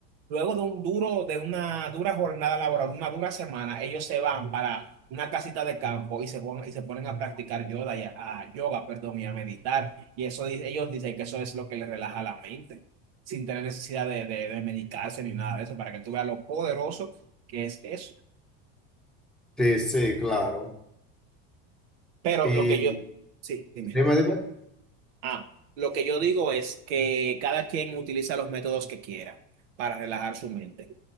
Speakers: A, on the right; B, in the centre.
A: luego de un duro, de una dura jornada laboral, una dura semana, ellos se van para una casita de campo y se ponen, y se ponen a practicar yoga, y a, a yoga, perdón, y a meditar. Y eso dice- ellos dicen que eso es lo que les relaja la mente, sin tener necesidad de, de de medicarse ni nada de eso, para que tú veas lo poderoso que es eso.
B: Sí, sí, claro.
A: Pero
B: Y
A: lo que yo, sí, dime.
B: dime, dime.
A: Ah, lo que yo digo es que cada quien utiliza los métodos que quiera para relajar su mente.